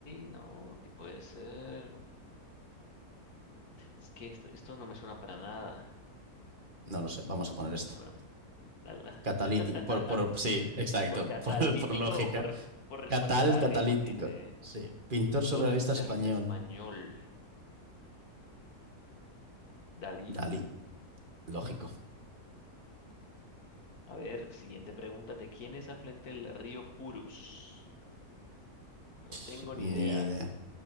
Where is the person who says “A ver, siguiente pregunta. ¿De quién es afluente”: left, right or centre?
Left